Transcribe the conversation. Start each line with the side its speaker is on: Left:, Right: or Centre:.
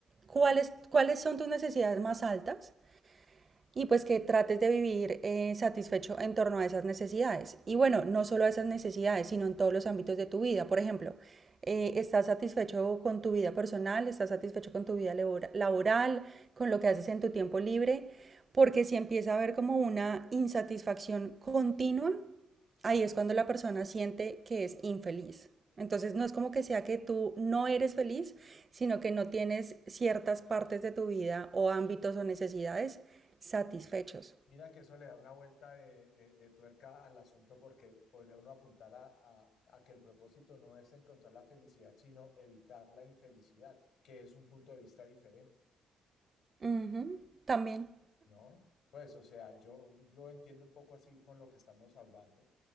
Right: cuáles, cuáles son tus necesidades más altas y pues que trates de vivir eh, satisfecho en torno a esas necesidades. Y bueno, no solo a esas necesidades, sino en todos los ámbitos de tu vida. Por ejemplo, eh, estás satisfecho con tu vida personal, estás satisfecho con tu vida laboral, con lo que haces en tu tiempo libre, porque si empieza a haber como una insatisfacción continua, ahí es cuando la persona siente que es infeliz. Entonces no es como que sea que tú no eres feliz, sino que no tienes ciertas partes de tu vida o ámbitos o necesidades satisfechos.
Left: mira que eso le da una vuelta de, de- de tuerca al asunto porque podría uno apuntar a, a- a que el propósito no es encontrar la felicidad, sino evitar la infelicidad, que es un punto de vista diferente,
Right: Ujú, También.
Left: ¿no? Pues, o sea, yo lo entiendo un poco así con lo que estamos hablando.